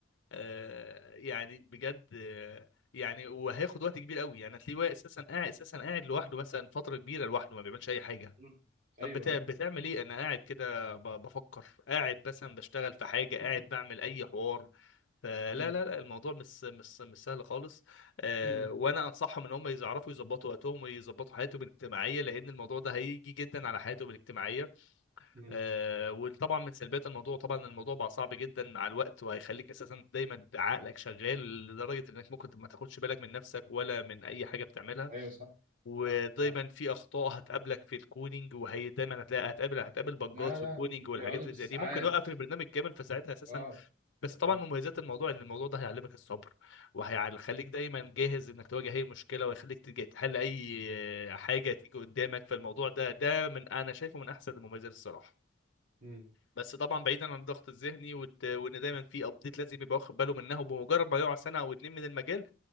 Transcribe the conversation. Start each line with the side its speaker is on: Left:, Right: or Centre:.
Left: آه... يعني بجد آه... يعني وهياخد وقت كبير قوي يعني هتلاقيه هو اساسا قاعد اساسا قاعد لوحده مثلا فتره كبيره لوحده ما بيعملش اي حاجه
Right: أمم.
Left: طب
Right: ايوه
Left: بتع...
Right: ايوه
Left: بتعمل ايه انا قاعد كده ب... بفكر قاعد مثلا بشتغل في حاجه قاعد
Right: <laughs>
Left: بعمل اي حوار فلا لا
Right: أمم.
Left: لا الموضوع مش مش مش سهل خالص آه
Right: أمم.
Left: وانا انصحهم ان هم يعرفوا يظبطوا وقتهم ويظبطوا حياتهم الاجتماعيه لان الموضوع ده هيجي جدا على حياتهم الاجتماعيه
Right: أمم.
Left: آه وطبعا من سلبيات الموضوع طبعا الموضوع بقى صعب جدا مع الوقت وهيخليك اساسا دايما عقلك شغال لدرجه انك ممكن ما تاخدش بالك من نفسك ولا من اي حاجه بتعملها
Right: ايوه صح
Left: ودايما
Right: صح صح
Left: في اخطاء هتقابلك في الكودينج وهي دايما هتلاقي هتقابل هتقابل بجات
Right: لا
Left: في
Right: لا
Left: الكودينج والحاجات
Right: بيقعدوا
Left: اللي
Right: بالساعات
Left: زي دي ممكن يوقف البرنامج كامل فساعتها اساسا
Right: اه
Left: بس طبعا
Right: أمم.
Left: مميزات الموضوع ان الموضوع ده هيعلمك الصبر وهيخليك دايما جاهز انك تواجه اي مشكله ويخليك تج- تحل اي حاجه تيجي قدامك فالموضوع ده ده من انا شايفه من احسن المميزات الصراحه
Right: أمم.
Left: بس طبعا بعيدا عن الضغط الذهني وت... وان دايما في ابديت لازم يبقى واخد باله منها وبمجرد ما يقع سنه او اتنين من المجال